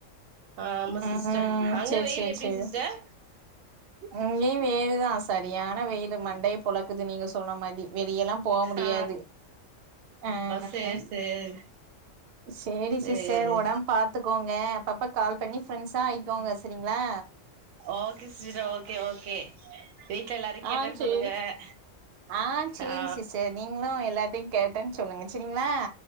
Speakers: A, on the right (about 85°); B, on the right (about 60°).
A: ஆ ஆமா
B: ம்
A: சிஸ்டர் அங்க
B: சேரி
A: வெயில்
B: சேரி
A: எப்படி
B: சேரி
A: சிஸ்டர்
B: இங்கயு வெயிலுதா சரியான வெயிலு மண்டைய பொழக்குது நீங்க சொன்ன மாதி வெளியலா போக முடியாது
A: ஆ
B: ஆ
A: சேரி
B: ஆ
A: சேரி
B: சேரி சிஸ்டர்
A: சேரி
B: ஒடம் பாத்துக்கோங்க அ அப்பப்ப கால் பண்ணி ஃப்ரெண்ட்ஸா ஆயிக்கோங்க செரிங்ளா
A: ஓகே சிஸ்டர் ஓகே ஓகே வீட்ல எல்லாரையு கேட்டேன்னு
B: ஆ சேரி
A: சொல்லுங்க
B: ஆ சேரி
A: ஆ
B: சிஸ்டர் நீங்ளு எல்லார்டையு கேட்டேன் சொல்லுங்க செரிங்ளா